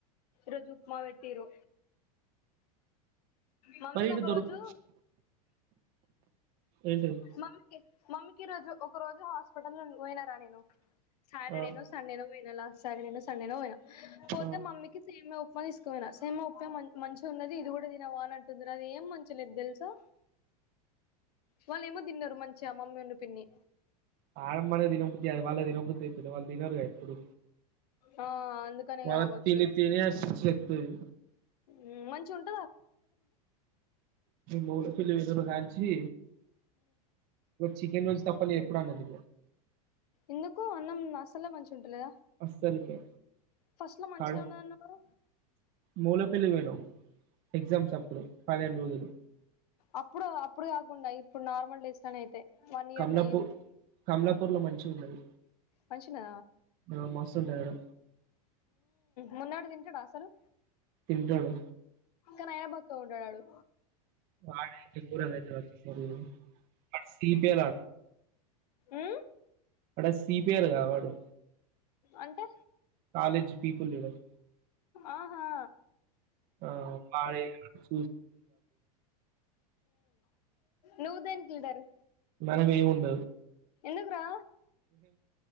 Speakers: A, on the left; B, on the right.
A: రోజు ఉప్మా పెట్టిరు మమ్మీకి
B: మరి
A: ఒక
B: ఇటు దొరుకు
A: రోజు
B: ఏంటిది
A: మమ్మ్ మమ్మీకి రోజు ఒక రోజు హాస్పిటల్ లో పోయిన ను సటర్డే
B: ఆ
A: ను సంండే ను పోయిన లాస్ట్ సట సంండే ను పోయిన పోతే
B: ఆ
A: మమ్మీకి సేమ్యా ఉప్ మొన్న తీస్కపోయిన సేమ్యా ఉప్ప మా మంచిగా ఉన్నది ఇది కూడా తిన వాని అంటుంది అది ఏం మంచిలేదు తెలుసా వాళ్ళ ఏమో తిన్నారు మం చ మమ్మీ ను పిన్ని
B: ఆడ మనకు తినబుద్ధి కాదు <unintelligible> వాళ్ళు తినరు గా ఎప్పుడూ
A: ఆ అందుకనే
B: మన
A: కావచ్చు
B: తని తినిపినిదే చెప్తది
A: మ్మ్ మంచి ఉంట్
B: మూల పెల్లి వెళ రాంచి చికెన్ రోజు తప్పని ఎప్పుడు అన్నది
A: ఎందుకో అన్నం అసలు మ ంటలే
B: అస్సలకే
A: ఫస్ట్ లో మంచిద
B: కడు
A: ఉన్నాదనవు
B: మూలపల్లి పోయినావ్ ఎగ్జామ్స్ అప్పుడు పన్నెేను రోజులు
A: అప్పుడు అప్పుడు కాకుండా ఇప్పుడు నార్మల్ డేస్ లోనే అయితే వన్ ఇయర్
B: కమలాపూర్
A: నా
B: కమలాప పర్లో మంచి ఉన్నది
A: మనుషన్దా
B: ఆ మస్తు ఉంటాడు ఆడ
A: మన్నాడు త బస్ అలు
B: తింటాడు
A: ఇంకనైనా బక్కుంటాడ్ ఆడు
B: ఆడు ఇంకా చూడలే హైదరాబాదు ఆడు సిపిఎల్
A: ఆ
B: అక్కడ సిపిఆర్ కాడు
A: అంటే
B: తాలిజ్ పీపుల్ లీడర్
A: ఆహా
B: ఆ పాడే చూ
A: నువ్వు దేనికి లీడర్
B: మనవేము ఉండ
A: ఎందుకురా